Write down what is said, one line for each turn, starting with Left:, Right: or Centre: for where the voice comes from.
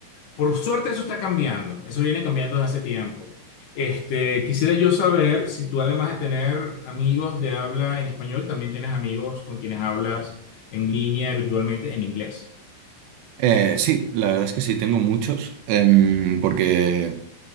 Left: Por suerte, eso está cambiando. Eso viene cambiando desde hace tiempo. Este, quisiera yo saber si tú, además de tener amigos de habla en español, también tienes amigos con quienes hablas en línea virtualmente en inglés.
Right: Eh, sí, la verdad es que sí, tengo muchos, em, porque